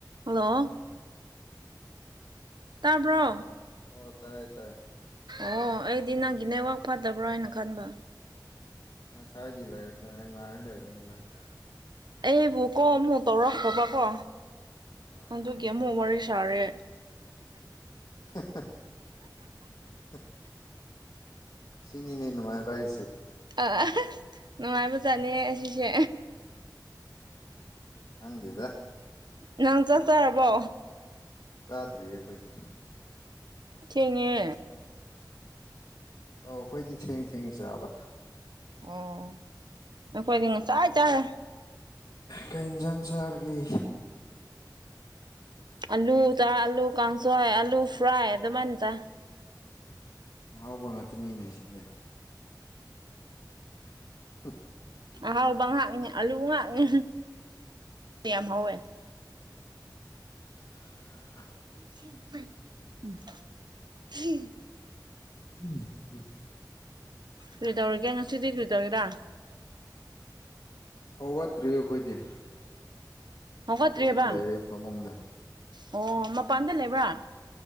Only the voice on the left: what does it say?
ꯑꯣ ꯇꯥꯏꯌꯦ ꯇꯥꯏ
ꯁꯥꯏꯗ ꯏꯂ ꯂꯩꯔꯅꯤ ꯅ ꯉꯥꯏꯂ ꯏꯔꯅꯤ ꯅꯪ
ꯑꯥ
<inaudible> <inaudible> ꯁꯤꯅꯤꯅꯤꯅꯨꯡꯉꯥꯏꯕꯁꯦ
ꯍꯪꯗ
ꯆꯥꯗ꯭ꯔꯤꯌꯦ ꯑꯩꯈꯣꯏꯗꯤ
ꯑꯧ ꯑꯩꯈꯣꯏꯗꯤ ꯊꯦꯡ ꯊꯦꯡ ꯆꯥꯕꯗ
ꯀꯣꯏ ꯏꯟꯖꯥꯡ ꯁꯍꯔꯒꯤ
ꯑꯍꯥꯎꯕ ꯉꯥꯛꯇꯅꯤꯅꯦ ꯁꯤꯅꯦ ꯎꯝ
<inaudible>
ꯎꯝ ꯎꯝ
ꯑ ꯋꯥꯠꯇ꯭ꯔꯤ ꯑꯩꯈꯣꯏꯗꯤ
ꯇꯨꯝꯃ ꯂꯩꯔꯦ ꯐꯃꯨꯡꯗ